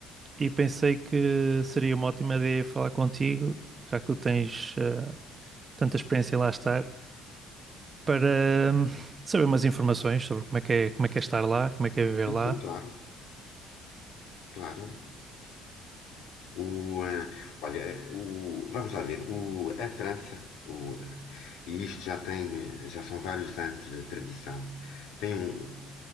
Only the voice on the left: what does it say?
Sim,
sim, claro, claro. O, eh, olha, o, vamos lá ver. O, a França, o, eh, e isto já tem, eh, já são vários anos de tradição, tem um,